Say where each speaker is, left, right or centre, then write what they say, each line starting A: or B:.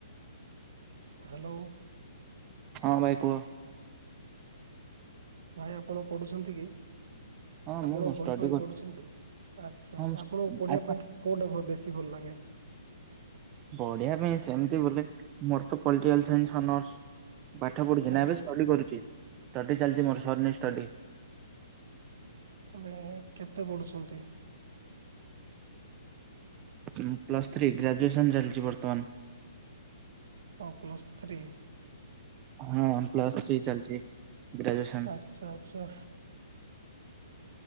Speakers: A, on the right; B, on the right.
A: ହାଲୋ।
B: ହଁ ଭାଇ କୁହ।
A: ଭାଇ ଆପଣ ପଢୁଛନ୍ତି କି?
B: ହଁ
A: ଆପଣ
B: ମୁଁ ମୁଁ ଷ୍ଟଡି
A: ବହି ବହି
B: କରୁଛି
A: ପଢୁଛନ୍ତି ଆଚ୍ଛା
B: ହଁ ମୁଁ
A: ଆପଣଙ୍କୁ ପଢିବା
B: ଆଚ୍ଛା
A: ପାଇଁ କୋଉଟା ବେଶୀ ଭଲ ଲାଗେ?
B: ବଢଆ ପାଇଁ ସେମିତି ବୋଲେ ମୋର ତ ପଲିଟିକାଲ ସାଇନ୍ସର୍ସ ପାଠ ପଢୁଛି
A: ଆ
B: ନା ଏବେ ଷ୍ଟ କରୁଛିଷ୍ଟଡି ଚାଲିଛି ମୋର ସରନଁ ଷ୍ଟଡି
A: ମାନେ କେତେ ପଢୁଛନ୍ତି?
B: ମୁଁ ପ୍ଲସ ଥ୍ରୀ ଗ୍ରାଜୁଏସନ ଚାଲିଛି ବର୍ତ୍ତମାନ।
A: ଓ ପ୍ଲସ୍ ଥ୍ରୀ
B: ହଁ ୱ ପ୍ଲସ ଥ୍ରୀ ଚାଲିଛି ଗ୍ରାଜୁଏସନ।
A: ଆଚ୍ଛା ଆଚ୍ଛା।